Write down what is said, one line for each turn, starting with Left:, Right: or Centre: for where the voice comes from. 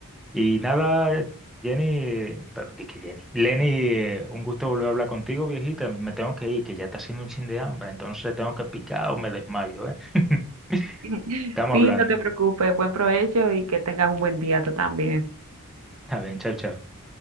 Centre: Y nada, Jenny, perdón, que Jenny, Lenny, eh, un gusto volver a hablar contigo, viejita. Me tengo que ir, que ya está haciendo un chin de hambre, entonces tengo que picar o me desmayo, ¿eh? <laughs>
Right: <laughs>
Centre: Estamos
Right: Sí,
Centre: hablando.
Right: no te preocupes. Buen provecho y que tengas un buen día tú también.
Centre: Está bien, chao, chao.